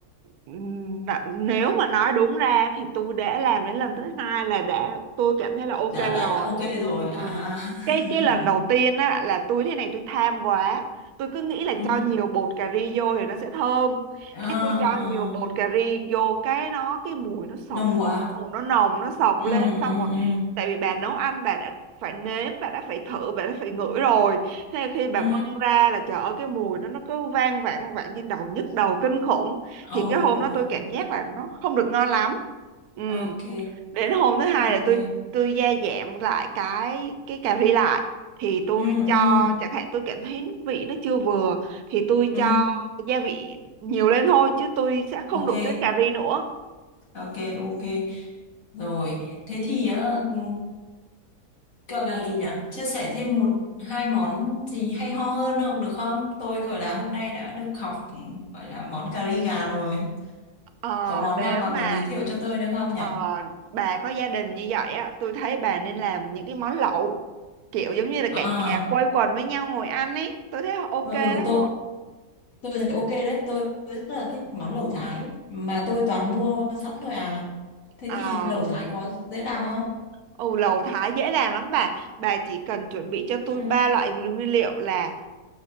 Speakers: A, on the right (about 75°); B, on the left (about 60°).
A: n- nếu mà nói đúng ra thì tôi đã làm đến lần thứ hai là đã tôi cảm thấy là ok
B: Đã đã
A: rồi.
B: đã ok rồi.
A: Ờ.
B: À.
A: Cái cái
B: <laughs>
A: lần đầu tiên á là tôi thế này tôi tham quá. Tôi cứ nghĩ là
B: Ừ.
A: cho nhiều bột cà ri vô thì nó sẽ thơm.
B: Ờ,
A: Cái tôi
B: ờ.
A: cho nhiều bột cà ri vô cái nó cái mùi nó sộc.
B: Nồng quá.
A: mùi nó nồng nó sộc
B: Ừ
A: lên xong
B: ừ
A: rồi
B: ừ.
A: tại vì bà nấu ăn bà đã phải nếm bà đã phải thử bà đã phải ngửi rồi Thế là khi bà
B: Ừ.
A: bưng ra là trời ơi cái mùi nó nó cứ vang vẳng vẳng trên đầu nhức đầu kinh khủng thì
B: Oh.
A: cái hôm đó tôi cảm giác là nó không được ngon lắm ừ.
B: Ok.
A: đến hôm thứ hai
B: Ok.
A: là tôi tôi gia giảm lại cái cái cà ri lại thì tôi
B: Ừ
A: cho
B: ừ
A: chẳng hạn tôi cảm thấy vị nó chưa vừa thì tôi
B: ừ.
A: cho gia vị nhiều lên thôi chứ tôi sẽ không
B: Ok.
A: đụng đến cà ri nữa
B: Ok ok. Rồi, thế thì á, ừ, gọi là gì nhỉ chia sẻ thêm một hai món gì hay ho hơn không được không tôi gọi là hôm nay đã được học ừ, gọi là món cà ri gà rồi
A: Ờ,
B: có món
A: nếu
B: nào mà
A: mà
B: muốn giới thiệu cho tôi nữa không
A: ờ,
B: nhỉ
A: bà có gia đình như vậy á, tôi thấy bà nên làm những cái món lẩu kiểu giống như là
B: à
A: cả nhà quây quần với nhau ngồi ăn ấy, tôi thấy ok
B: ừ
A: lắm
B: tôi
A: luôn.
B: tôi thấy ok đấy tôi, tôi rất là thích món lẩu thái mà tôi toàn mua sẵn thôi à thế
A: Ờ,
B: thì lẩu thái có dễ làm không
A: ừ, lẩu Thái dễ làm lắm bà. Bà chỉ cần chuẩn bị cho tôi
B: Ừ
A: ba loại nguyên liệu là